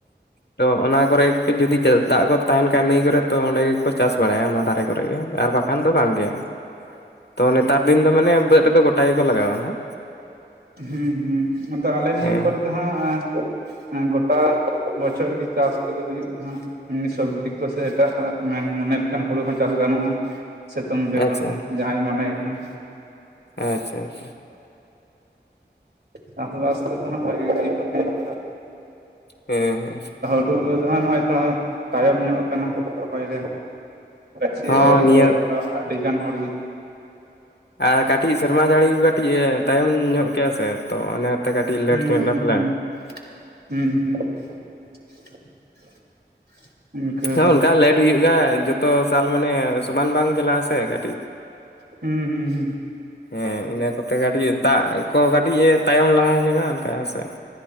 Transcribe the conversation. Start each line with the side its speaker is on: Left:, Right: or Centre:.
Left: ᱛᱚ ᱚᱱᱟ ᱠᱚᱨᱮ ᱡᱩᱫᱤᱼᱼ ᱫᱟᱜ ᱠᱚ ᱛᱟᱦᱮᱱ ᱠᱷᱟᱡ ᱱᱟᱹᱭ ᱠᱚᱨᱮ ᱛᱚ ᱚᱸᱰᱮ ᱜᱮᱠᱚ ᱪᱟᱥ ᱵᱟᱲᱟᱭᱟ ᱚᱱᱟ ᱫᱷᱟᱨᱮ ᱠᱚᱨᱮ ᱜᱮ ᱟᱨ ᱵᱟᱠᱷᱟᱱ ᱫᱚ ᱵᱟᱝᱜᱮ᱾ ᱛᱚ ᱱᱮᱛᱟᱨ ᱫᱤᱱ ᱫᱚ ᱢᱟᱱᱮ ᱵᱟᱹᱫᱽ ᱨᱮᱫᱚ ᱜᱚᱴᱟ ᱜᱮᱠᱚ ᱞᱟᱜᱟᱣᱟ ᱦᱟᱜ᱾
Right: ᱦᱩᱸ ᱦᱩᱸ ᱟᱫᱚ ᱟᱞᱮ ᱱᱤᱭᱟᱹ
Left: ᱦᱮᱸ
Right: ᱠᱚᱨᱮ ᱫᱚ ᱦᱟᱸᱜ ᱦᱮᱸ ᱜᱚᱴᱟ ᱵᱚᱪᱷᱚᱨ ᱜᱮ ᱪᱟᱥ ᱠᱚᱫᱚ ᱦᱩᱭᱩᱜᱼᱟ ᱦᱟᱸᱜ ᱥᱚᱵᱽᱡᱤ ᱠᱚᱥᱮ ᱮᱴᱟᱜᱟᱜ ᱢᱮᱱ ᱢᱚᱱᱮ ᱞᱮᱠᱟᱱ ᱦᱩᱲᱩ ᱦᱚᱸ ᱪᱟᱥ ᱜᱟᱱᱚᱜᱼᱟ᱾ ᱥᱤᱛᱩᱝ ᱫᱤᱱ
Left: ᱟᱪᱪᱷᱟ
Right: ᱨᱮᱦᱚᱸ ᱡᱟᱦᱟᱸᱭ ᱢᱚᱱᱮᱭ ᱠᱷᱟᱱ
Left: ᱟᱪᱪᱷᱟ ᱟᱪᱪᱷᱟ
Right: ᱪᱟᱥᱵᱟᱥ ᱫᱚ ᱦᱟᱸᱜ ᱵᱷᱟᱜᱤ ᱦᱩᱭᱩᱜᱼᱟ ᱱᱤᱭᱚ ᱠᱟᱛᱟ ᱫᱤᱱ
Left: ᱦᱮᱸ ᱦᱮᱸ
Right: ᱛᱩ ᱫᱚᱦᱟᱜ ᱱᱚᱜᱼᱚᱭ ᱛᱚ ᱛᱟᱭᱚᱢ ᱧᱚᱜ ᱟᱠᱟᱱᱟ ᱨᱚᱦᱚᱭ ᱨᱮ ᱪᱮ
Left: ᱦᱚᱸ
Right: ᱟᱹᱣᱨᱤ
Left: ᱱᱤᱭᱟᱹ
Right: ᱠᱚ ᱟᱯᱠᱟ ᱟᱹᱰᱤ ᱜᱟᱱ ᱦᱚᱲᱜᱮ
Left: ᱟᱨ ᱠᱟᱹᱴᱤᱡ ᱥᱮᱨᱢᱟ ᱡᱟᱹᱲᱤ ᱠᱟᱹᱴᱤᱡ ᱛᱟᱭᱚᱢ ᱧᱚᱜ ᱠᱮᱭᱟ ᱥᱮ ᱛᱚ ᱠᱟᱹᱴᱤᱡ
Right: ᱦᱩᱸ
Left: ᱞᱮᱴ ᱧᱚᱜ ᱮᱱᱟ ᱯᱟᱞᱮᱱ
Right: ᱦᱩᱸ ᱦᱩᱸ ᱦᱩᱸ ᱦᱩᱸ <inaudible> ᱤᱱᱠᱟᱹ
Left: ᱦᱮ
Right: ᱜᱮ
Left: ᱚᱱᱠᱟ ᱞᱮᱴ ᱦᱩᱭᱩᱜ ᱜᱮ ᱡᱚᱛᱚ ᱥᱟᱞ ᱢᱟᱱᱮ ᱥᱚᱢᱟᱱ ᱵᱟᱝ ᱪᱟᱞᱟᱜ ᱟᱥᱮ ᱠᱟᱹᱴᱤᱡ
Right: ᱦᱩᱸ ᱦᱩᱸ ᱦᱩᱸ
Left: ᱦᱮᱸ ᱤᱱᱟᱹ ᱠᱚᱛᱮ ᱠᱟᱹᱴᱤᱡ ᱫᱟᱜ ᱠᱚ ᱠᱟᱹᱴᱤᱡ ᱮ ᱛᱟᱭᱚᱢ ᱞᱟᱦᱟ ᱧᱚᱜᱟ ᱚᱱᱠᱟ ᱦᱮᱸᱥᱮ